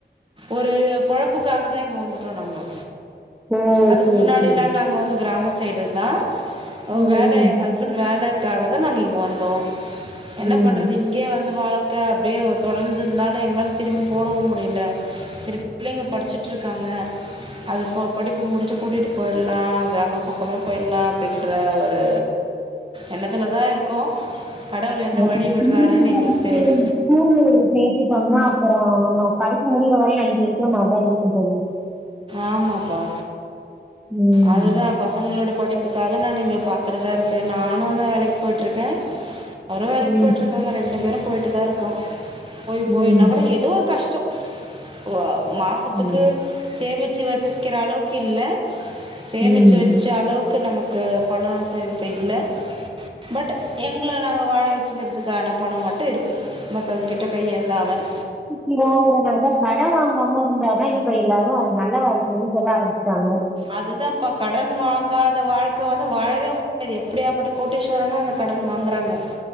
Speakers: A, on the right; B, in the centre.
A: ஒரு பொழப்புக்காக தா இங்க வந்துட்டோ நாங்கோ
B: ஓ!
A: அதுக்கு
B: சரி,
A: முன்னாடில்லா
B: சரி.
A: நாங்க வந்து கிராம சைடு தா ஒ
B: ம்,
A: வேல
B: ம்,
A: எங்க ஹஸ்பண்ட் வேலக்காக தா நாங்க இங்க வந்தோ என்ன
B: ம்.
A: பண்றது இங் இங்கே வந்து வாழ்க்க அப்படியே தொடர்ந்ததுனால எங்களால திரும்பி போடவு முடியல செரி புள்ளைங்க படிச்சுட்டு இருக்காங்க அது போ படிப்பு முடிச்சு கூட்டிட்டு போயிர்லா கிராம பக்கமே போயிர்லா அப்படின்னு ற்ற ஒரு எண்ணத்துல தா இருக்கோ கடவுள் என்ன
B: ஆமா.
A: வழி விடுறாருன்னு
B: பிள்ளைங்கள வந்துட்டு
A: எங்களுக்கு தெரியல
B: ஸ்கூலு சேத்துட்டோன்னா அப்புறோ நம்ம படிப்பு முடியிற வரையு அங்கேருக்குற மாரிதா இருக்கு தோழி
A: ஆமாப்பா
B: ம்,
A: அதுதா பசங்களோட படிப்புக்காக நான் இங்க பாக்கறதா இருக்கு நானு தா வேலைக்கி போயிட்டுருக்கே அவரு வேலைக்கி
B: ம்,
A: போயிட்டுருக்காங்க ரெண்டு பேரு போயிட்டு தா இருக்கோ போய் போயினா
B: ம்,
A: கூட எதோ கஷ்டோ ஒ அ மாசத்துக்கு
B: ம்,
A: சேமிச்சு வைக்கிற அளவுக்கில்ல சேமித்து
B: ம்.
A: வச்ச அளவுக்கு நமக்கு பணோ சேமிப்பு இல்ல பட் எங்கள நாங்க வாழ வச்சுக்கிறதுக்கான பணம் மட்டு இருக்கு கு மத்தவங்கக்கிட்ட கை ஏந்தாமல்
B: இங்கவங்கறதவிட கட வாங்காம இருந்தாதா இப்ப எல்லாரு அது நல்ல வாழ்க்கைன்னு சொல்ல ஆரம்மிச்சுட்டாங்க
A: அதுதாப்பா கடன் வாங்காத வாழ்க்க வந்து வாழவே முடியாது எப்படியாப்பட்ட கோட்டீஸ்வரனு அந்த கடன் வாங்கறாங்க